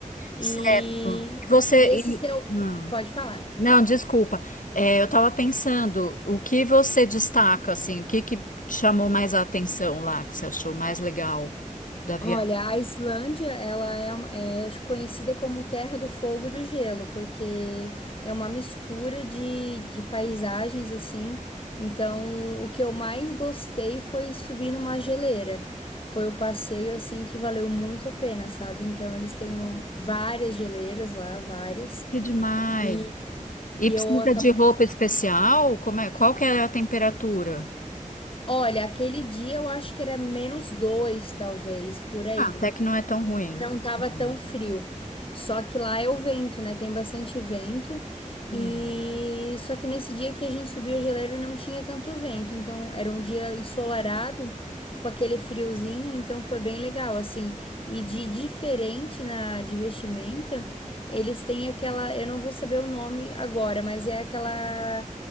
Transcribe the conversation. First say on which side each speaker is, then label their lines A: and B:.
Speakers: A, on the left (about 40°); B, on the left (about 75°).
A: E,
B: certo. E Você.
A: e esse
B: e-
A: seu.
B: hum.
A: Pode falar.
B: Não, desculpa. É, eu estava pensando, o que você destaca, assim, o que que te chamou mais a atenção lá, que você achou mais legal da viagem?
A: Olha, a Islândia, ela é, uma- é conhecida como Terra do Fogo e do Gelo, porque é uma mistura de, de paisagens, assim. Então, o que eu mais gostei foi subir numa geleira. Foi o passeio, assim, que valeu muito a pena, sabe? Então, eles têm um- várias geleiras lá, várias.
B: Que demais.
A: E,
B: E
A: e
B: precisa
A: eu acabei...
B: de roupa especial? Como é? Qual que é a temperatura?
A: Olha, aquele dia eu acho que era menos dois, talvez, por aí.
B: Ah, até que não é tão ruim.
A: Não tava
B: Uhum.
A: tão frio. Só que lá é o vento, né? Tem bastante vento. E
B: Hum.
A: só que nesse dia que a gente subiu a geleira não tinha tanto vento, então era um dia ensolarado com aquele friozinho, então foi bem legal assim. E de diferente na de vestimenta, eles têm aquela, eu não vou saber o nome agora, mas é aquela